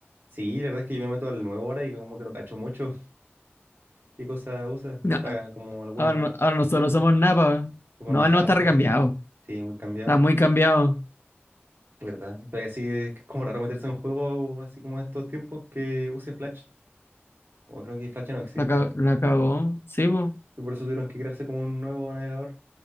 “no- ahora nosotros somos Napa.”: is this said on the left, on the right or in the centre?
Left